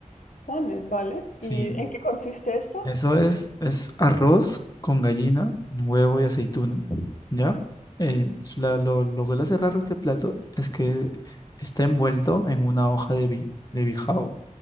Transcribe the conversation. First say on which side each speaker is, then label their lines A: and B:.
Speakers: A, on the left; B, on the left.
A: Vale, vale.
B: Sí,
A: ¿Y en qué consiste esto?
B: eso es, es arroz con gallina, huevo y aceituna, ¿ya? El- la- lo, lo que lo hace raro este plato es que está envuelto en una hoja de, bi- de bijao.